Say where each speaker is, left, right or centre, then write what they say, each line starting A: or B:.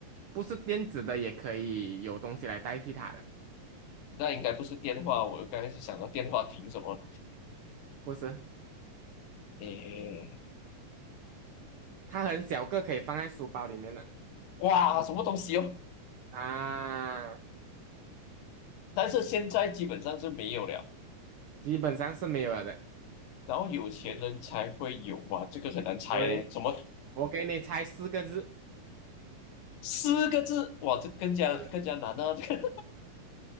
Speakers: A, on the right; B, on the left.
A: 不是电子的，也可以有东西来代替它的，
B: 那应该不是电话。我刚才是想到电话亭什么，
A: 不是？
B: 诶，
A: 它很小个，可以放在书包里面的
B: 哇，什么东西哦？
A: 啊，
B: 但是现在基本上是没有了。
A: 基本上是没有了的。
B: 然后有钱人才会有哇，这个很难猜嘞，
A: 对，
B: 什么
A: 我给你猜四个字，
B: 四个字哇，这更加更加难啊，
A: 是
B: 这个